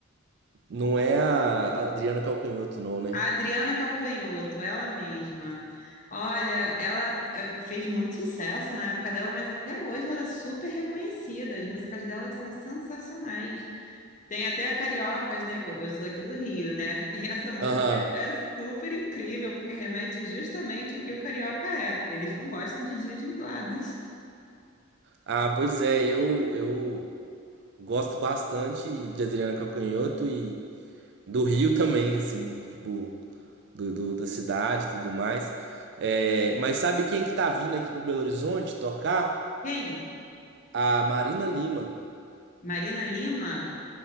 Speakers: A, on the right; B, on the left.
A: não é a Adriana Calcanhoto, não, né?
B: A Adriana Calcanhoto, ela mesma. Olha, ela eh, fez muito sucesso na época dela, mas até hoje ela é super reconhecida. As músicas dela são sensacionais. Tem até a Cariocas, né? Que eu, eu sou aqui do Rio, né? <laughs> E essa música
A: Aham.
B: é super incrível, porque remete justamente ao que o carioca é. Eles não gostam de dias nublados.
A: Ah, pois é, eu, eu gosto bastante de Adriana Calcanhoto e do Rio também, assim, tipo, do, do- da cidade e tudo mais. É, mas sabe quem que tá vindo aqui para Belo Horizonte tocar?
B: Quem?
A: A Marina Lima.
B: Marina Lima?